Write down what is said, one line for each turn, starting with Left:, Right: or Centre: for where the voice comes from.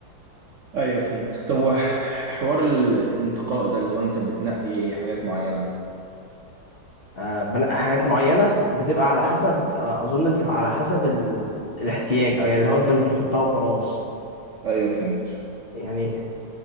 Right: ايوه فهمت طب وح- حوار الانتقاء ده اللي هو انت بتنقي حاجات معينة
Left: آه، بنقي حاجات معينة بتبقى على حسب آه، اظن بتبقى على حسب ال... الاحتياج او يعني اللي هو انت مش بتحطها وخلاص
Right: ايوه فهمت
Left: يعني